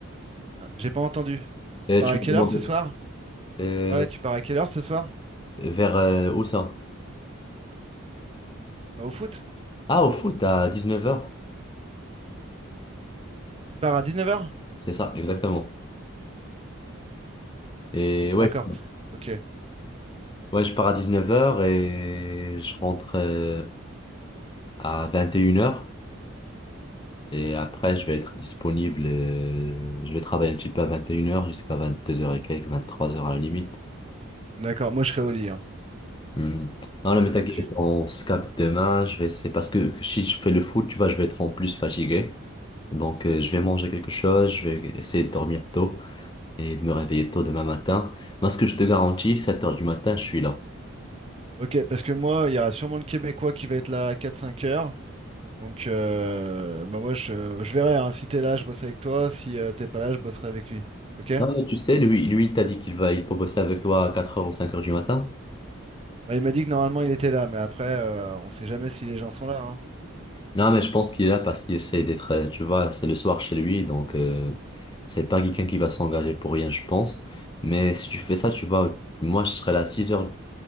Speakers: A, on the right (about 30°); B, on the left (about 20°).
A: Ah, J'ai pas entendu.
B: Euh,
A: Tu pars
B: tu
A: à
B: m'as
A: quelle
B: demandé
A: heure ce soir?
B: euh,
A: Ouais, tu pars à quelle heure ce soir?
B: vers euh, où ça?
A: Bah au foot?
B: Ah, au foot à dix-neuf heures
A: Tu pars à 19h?
B: C'est ça, exactement. Et
A: Ah
B: ouais,
A: d'accord.
B: je,
A: Ok.
B: ouais, je pars à dix-neuf heures et je rentre euh, à vingt et une heures Et après, je vais être disponible. euh, je vais travailler un petit peu à vingt et une heures jusqu'à vingt-deux heures et quelques, vingt-trois heures à la limite.
A: D'accord, moi je serai au lit. hein.
B: Hmm. Non, non, mais Mm.
A: Faudra
B: t'inquiète,
A: que tu
B: on se capte demain. Je vais, c'est parce que si je fais le foot, tu vois, je vais être en plus fatigué. Donc, euh, je vais manger quelque chose, je vais essayer de dormir tôt et de me réveiller tôt demain matin. Moi, ce que je te garantis, 7 heures du matin, je suis là.
A: Ok, parce que moi, il y aura sûrement le Québécois qui va être là à quatre cinq heures. Donc, euh, bah moi, je, je verrai. hein. Si t'es là, je bosse avec toi. Si euh, t'es pas là, je bosserai avec lui. Ok?
B: Non, mais tu sais, lui, lui, il t'a dit qu'il va, il peut bosser avec toi à 4 heures ou 5 heures du matin.
A: Bah, il m'a dit que normalement, il était là. Mais après, euh, on sait jamais si les gens sont là. Hein.
B: Non, mais je pense qu'il est là parce qu'il essaie d'être, euh, tu vois, c'est le soir chez lui, donc, euh, c'est pas quelqu'un qui va s'engager pour rien, je pense. Mais si tu fais ça, tu vois, moi, je serai là à 6h